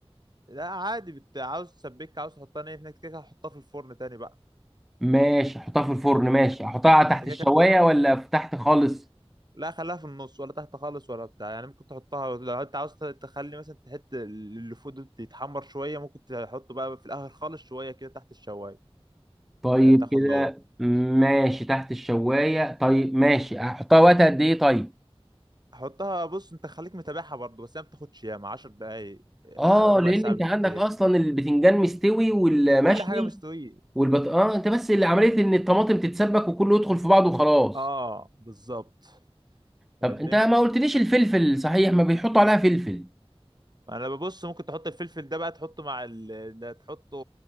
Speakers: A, on the right; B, in the centre.
A: لا عادي بت... عاوز تسبك عاوز تحطها نيه هناك كده كده هتحطها في الفرن تاني بقى
B: ماشي احطها في الفرن
A: انت
B: ماشي احطها تحت
A: ما انت كده
B: الشواية
A: كده هتحط
B: ولا في تحت خالص
A: لا خليها في النص ولا تحت خالص ولا بتاع يعني ممكن تحطها لو انت عاوز تخلي مثلا تحط اللي فوق ده يتحمر شويه ممكن تحطه بقى في الاخر خالص شويه كده تحت الشوايه
B: طيب
A: لا تاخد
B: كده
A: له
B: ماشي تحت الشواية طيب ماشي احطها وقت قد ايه طيب
A: حطها بص انت خليك متابعها برضه بس هي ما بتاخدش ياما 10 دقايق آه،
B: اه
A: ربع
B: لان
A: ساعه
B: انت
A: بالكتير
B: عندك اصلا البتنجان مستوي والمشوي
A: كل حاجه مستويه
B: والبط اه انت بس اللي عمليه ان الطماطم تتسبك وكله يدخل في بعضه وخلاص
A: اه بالظبط فاهمني
B: طب انت ما قلتليش الفلفل صحيح ما بيحطوا عليها فلفل
A: انا ببص ممكن تحط الفلفل ده بقى تحطه مع ال... ده تحطه